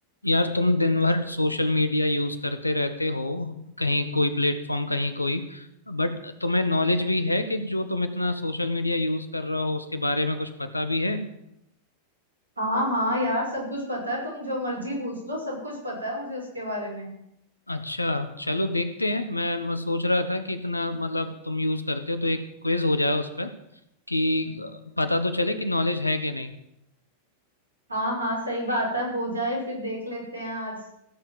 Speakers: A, on the left; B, on the right.
A: यार तुम दिन भर सोशल मीडिया यूज करते रहते हो कहीं कोई प्लेटफॉर्म कहीं कोई बट तुम्हें नॉलेज भी है कि जो तुम इतना सोशल मीडिया यूज कर रहे हो उसके बारे में कुछ पता भी है
B: हाँ हाँ यार सब कुछ पता है तुम जो मर्जी पूछ लो सब कुछ पता है मुझे उसके बारे में
A: अच्छा चलो देखते हैं मैं, मैं सोच रहा था कि इतना मतलब तुम यूज करते हो तो एक क्विज हो जाए उस पर कि पता तो चले कि नॉलेज है कि नहीं
B: हाँ हाँ सही बात है हो जाए फिर देख लेते हैं आज